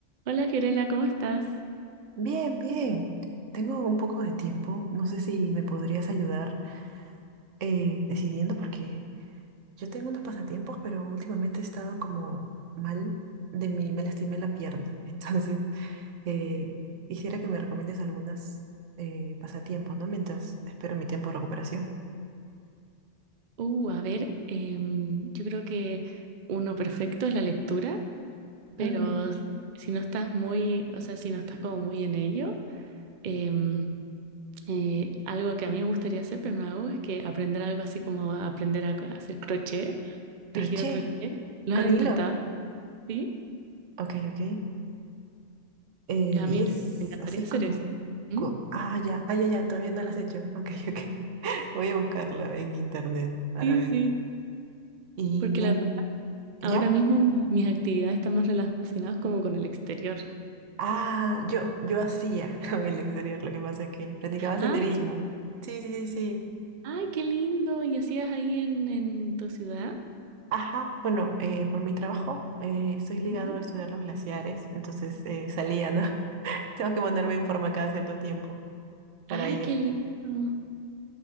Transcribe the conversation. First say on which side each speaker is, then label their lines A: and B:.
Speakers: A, on the right (about 50°); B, on the right (about 70°).
A: Hola Fiorella, ¿cómo estás?
B: Bien, bien. Tengo un poco de tiempo. No sé si me podrías ayudar eh, decidiendo porque yo tengo unos pasatiempos, pero últimamente he estado como mal de mí, me lastimé la pierna. <laughs> Entonces, eh, quisiera que me recomiendes algunas eh, pasatiempos, ¿no? Mientras espero mi tiempo de recuperación.
A: Uh, a ver, em, yo creo que uno perfecto es la lectura, pero
B: Mm,
A: si no estás muy, o sea, si no estás como muy en ello, em, eh, algo que a mí me gustaría hacer, pero no hago, es que aprender algo así como aprender a, a hacer crochet,
B: Crochet,
A: tejido crochet. ¿Lo
B: con
A: has intentado?
B: hilo.
A: Sí,
B: Ok, ok. Eh,
A: a
B: y
A: mí
B: es
A: me encantaría
B: así
A: hacer
B: como...
A: eso. ¿Mm?
B: co- ah, ya, ah, ya, ya, todavía no lo has hecho. Ok, <laughs> ok. Voy a buscarla en internet para
A: Sí,
B: ver.
A: sí.
B: Y
A: Porque la,
B: él, ¿ya?
A: ahora mismo mi- mis actividades están más relacionadas como con el exterior.
B: Ah, yo, yo hacía <laughs> en el exterior, lo que pasa es que practicaba senderismo.
A: Ah,
B: Sí, sí, sí, sí.
A: Ay, qué lindo. ¿Y hacías ahí en, en tu ciudad?
B: Ajá, bueno, eh, por mi trabajo eh, estoy ligado
A: Ujú.
B: a estudiar los glaciares, entonces eh, salía, ¿no? <laughs> Tengo que ponerme en forma cada cierto tiempo para
A: Ay,
B: ir.
A: qué lindo.